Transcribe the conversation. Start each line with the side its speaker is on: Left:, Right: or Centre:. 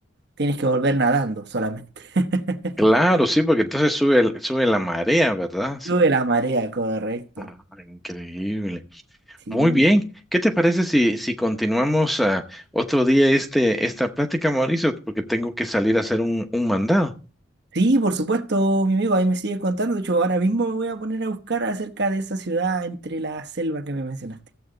Right: tienes que volver nadando solamente. <laughs>
Centre: Claro, sí, porque entonces sube, el- sube la marea, ¿verdad? Sí,
Right: Lo
Centre: pues.
Right: de la marea, correcto.
Centre: Ah, increíble.
Right: Sí.
Centre: Muy bien. ¿Qué te parece si, si continuamos ah, otro día este, esta plática, Mauricio? Porque tengo que salir a hacer un, un mandado.
Right: Sí, por supuesto, mi amigo, ahí me sigues contando. De hecho, ahora mismo me voy a poner a buscar acerca de esa ciudad entre la selva que me mencionaste.